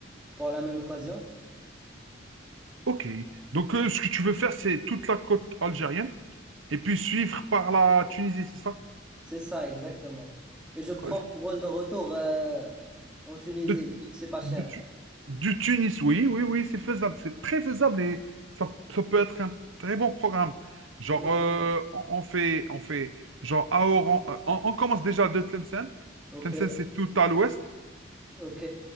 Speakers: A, in the centre; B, on the right (about 80°).
A: pour la même occasion?
B: Ok. Donc euh, ce que tu veux faire, c'est toute la côte algérienne et puis suivre par la Tunisie, c'est ça?
A: C'est ça, exactement. Et je prends
B: Euh,
A: mon vol de retour euh, en Tunisie,
B: De,
A: vu que c'est pas cher.
B: de Tu- du Tunis, oui, oui, oui, c'est faisable. C'est très faisable et ça, ça peut être un très bon programme. Genre,
A: Mhm.
B: euh, on, on fait, on fait, genre, à Oran, euh, on, on commence déjà de Tlemcen.
A: Ok,
B: Tlemcen, c'est tout à l'ouest.
A: ok.